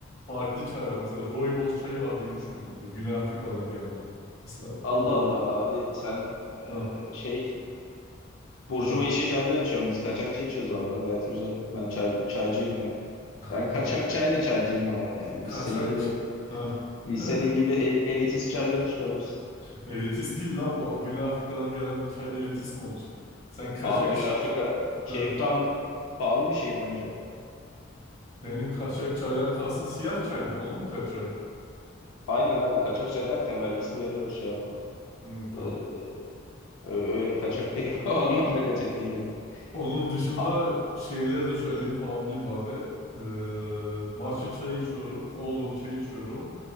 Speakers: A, on the left; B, on the left.
A: Farklı çaylar. Mesela rooibos çayı var duymuş muydun? Bu Güney Afrika'dan gelme. Mesela
B: Allah
A: oolong.
B: Allah abi sen e,
A: Ha,
B: şey burjuva
A: ha.
B: işi çaylar içiyorsun biz kaçak çay içiyoruz vallahi gayet güzel. Ben çay, çaycıyım yani. Ben
A: Bu
B: kaçak çayla çaycıyım ama yani
A: kaçak...
B: biz senin gibi
A: Ha.
B: biz
A: <laughs>
B: senin gibi el- elitist çaylar içmiyoruz.
A: Elitist değil lan bu Güney Afrika'dan gelen çay elitist mi olur? Sen kaçak...
B: Abi Güney Afrika,
A: <laughs>
B: Cape
A: Ha.
B: Town pahalı bir şehir bence.
A: Senin kaçak çaydan kalsın siyah çay mı? Onun mu kaçağı?
B: Aynen abi kaçak şey derken vergisini veriyoruz şey yapma.
A: Hmm, tamam.
B: Ee, ö- öyle kaçak değil. <laughs> O anlamda kaçak değil yani.
A: Onun dışında
B: A
A: şeyleri de söyleyeyim tamamlayayım bari. Ee, matcha çayı içiyorum. Oolong çayı içiyorum.